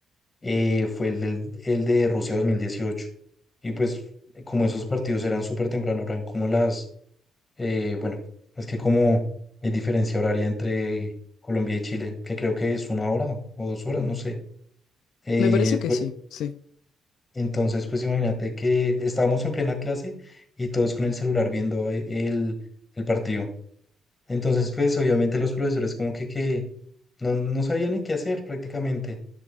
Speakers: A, on the left; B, on the left.
A: eh, fue el, del, el de Rusia 2018. Y pues, como esos partidos eran súper temprano, eran como las Eh, bueno, es que como hay diferencia horaria entre Colombia y Chile, que creo que es una hora o dos horas, no sé. Eh,
B: Me parece que
A: pues,
B: sí, sí.
A: entonces, pues imagínate que estábamos en plena clase y todos con el celular viendo e- el, el partido. Entonces, pues obviamente los profesores como que, que no, no sabían ni qué hacer prácticamente.